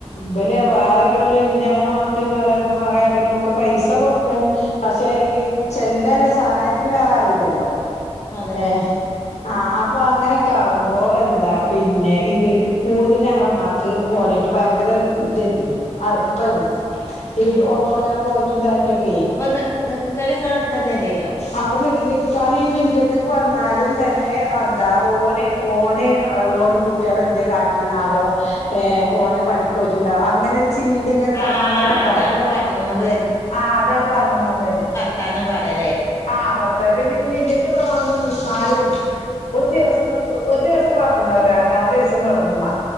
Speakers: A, on the left; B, on the left.
A: വല് വേറെല്ലോലും ന്റെ മാപ്പിളി വേറെ ഏട്ടനും ക്കെ പൈസ കൊട്ക്കും പശേ ഈ ചെല്ലാല്ല സഹായത്തിന് വേറെ ആരുല്ലല്ലോ.
B: അതന്നെ
A: ഏഹ് ആഹ് അപ്പൊ അങ്ങനെയൊക്കെ ആകുമ്പോ എന്താ പിന്നെ ഇവര്ക്ക് കൂടുതല് ഞങ്ങളമ്മാ ക്ക് ഓനായിട്ട് ഭയങ്കര ഇതാര്ന്നു അടുപ്പാര്ന്നു. ഈ
B: ഉം
A: ഒപ്പം
B: അ-
A: ങ്ങനെ പോയിറ്റും ണ്ടായിട്ടൊക്കെ
B: അപ്പൊ നി നിക്കല് ങ്ങളട്ത്തന്നെല്ലേനോ?
A: അപ്പൊ നിക്കാന് പ്പ ന്റട്ത്ത്ക്ക് വന്നാലും തന്നെ എന്താ ഓന് ഓന് ഓനും കു ട്ട്യാള് എന്തേ കാട്ടിനാവോ ഏ ഓന് പണിക്കോയിട്ട്ണ്ടാവോ അങ്ങനൊരു ചിന്ത. സമാധാനം
B: ആഹ്
A: ഇണ്ടാവൂല.
B: അതാണിപ്പ പറഞ്ഞ് കൊണ്ട്
A: ആഹ് അതാണ് പർഞ്ഞ് കൊണ്ട് വര്ന്ന.
B: ത്താനം പറ ല്ലേ?
A: ആഹ് <unintelligible> പിന്നെ ഇന്റെ ട്ത്ത് ഇവടെ വന്ന് നിന്നാലും. ഒരു ദിവസം നിക് ഒരു ദിവസം കൊഴപ്പണ്ടാവുല്ല. രണ്ടാമത്തേസം തൊട്ങ്ങുമ്മ.